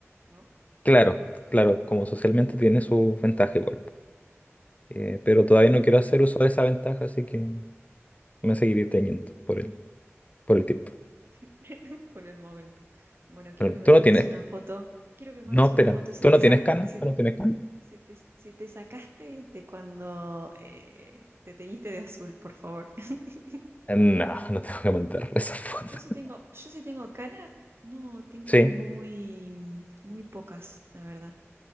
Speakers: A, on the right; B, on the left.
A: ¿no?
B: Claro, claro, como socialmente tiene su ventaja igual. Eh, pero todavía
A: Sí,
B: no quiero hacer uso de esa ventaja, así que me seguiré teñiendo por el, por el tiempo.
A: <laughs> ¿no? por el momento. Bueno, quiero
B: Pero
A: que me
B: tú
A: mandes
B: no tienes.
A: una foto. Quiero que me mandes
B: No, espera.
A: una foto si
B: ¿Tú
A: te,
B: no tienes
A: sa-
B: canas?
A: si,
B: ¿Tú no tienes canas?
A: si te, si te sacaste de cuando eh, te teñiste de azul, por favor. <laughs>
B: Eh, No, <laughs> no te voy a mandar <laughs> esa foto.
A: Yo sí tengo, yo sí tengo canas. No, tengo
B: Sí,
A: muy, mm, muy pocas, la verdad.